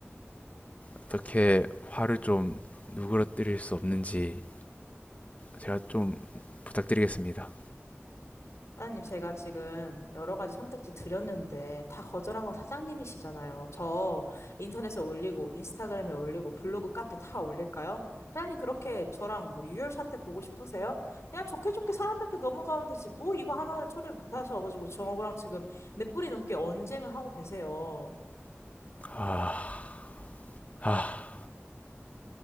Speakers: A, on the left (about 30°); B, on the left (about 80°).
A: 어떻게 화를 좀 누그러뜨릴 수 없는지 제가 좀 부탁드리겠습니다.
B: 사장님, 제가 지금 여러 가지 선택지 드렸는데 다 거절한 거 사장님이시잖아요. 저 인터넷에 올리고 인스타그램에 올리고 블로그 카페 다 올릴까요? 사장님 그렇게 저랑 뭐 유혈 사태 보고 싶으세요? 그냥 좋게 좋게 사람답게 넘어가면 되지. 뭐 이거 하나를 처리를 못 하셔가지고 저랑 지금 몇 분이 넘게 언쟁을 하고 계세요.
A: 아, 아,